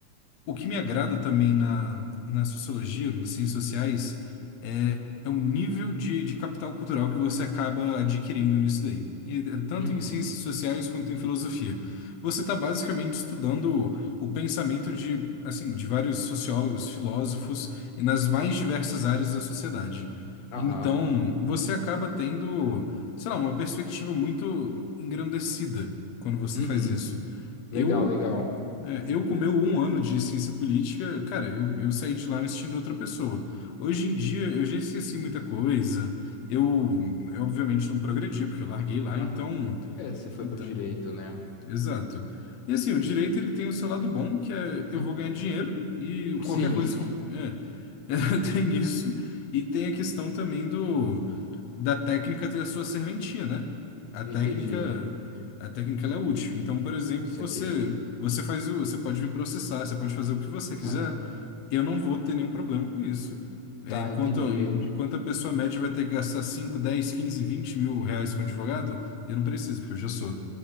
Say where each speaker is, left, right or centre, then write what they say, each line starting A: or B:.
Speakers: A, on the left (about 80°); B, on the left (about 65°).
A: O que me agrada também na, na sociologia, nas ciências sociais, é, é o nível de, de capital cultural que você acaba adquirindo nisso daí. E, eh, tanto
B: Uhum.
A: em ciências sociais quanto em filosofia. Você está basicamente estudando o pensamento de, assim, de vários sociólogos, filósofos, e nas mais diversas áreas da sociedade.
B: Aham.
A: Então, você acaba tendo, sei lá, uma perspectiva muito engrandecida quando você
B: Uhum.
A: faz isso.
B: Legal,
A: Eu
B: legal.
A: é, eu com meu um ano de ciência política, cara, eu, eu saí de lá me sentindo outra pessoa. Hoje em dia eu já esqueci muita coisa. Eu, eu obviamente não progredi porque eu larguei lá,
B: Aham.
A: então,
B: É, você foi
A: então
B: pro direito, né?
A: Exato. E assim, o direito ele tem o seu lado bom, que é eu
B: Uhum.
A: vou ganhar dinheiro e
B: Sim,
A: qualquer coisa que é, <laughs> tem isso. E tem a questão também do da técnica ter a sua serventia, né? A
B: <laughs>
A: técnica
B: entendi.
A: a técnica ela é útil. Então, por exemplo,
B: Saquei.
A: você você faz o, você pode me processar, você pode fazer o que você quiser.
B: Aham.
A: Eu não vou ter nenhum problema com isso. É,
B: Tá,
A: enquanto,
B: entendi.
A: enquanto a pessoa média vai ter que gastar 5 10 15 20 mil reais com advogado, eu não preciso, porque eu já sou.